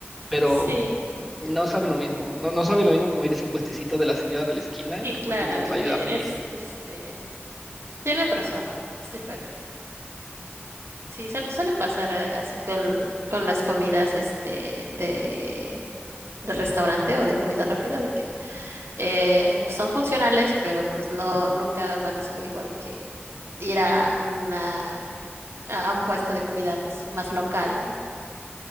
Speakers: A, in the centre; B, on the right (about 85°).
A: pero
B: Sí,
A: no sabe lo mismo. No, no sabe lo mismo comer ese puestecito de la señora de la esquina
B: sí,
A: y comerte
B: claro.
A: tu tlayuda
B: eh,
A: feliz.
B: Es, este, tiene otro sabor, es diferente. Sí, suele, suele pasar eh, así con, con las comidas, este, de, de restaurante o de comida rápida, de que eh, son funcionales, pero pues no, nunca van a saber igual que ir a una, a a un puesto de comida, pues, más local, ¿no?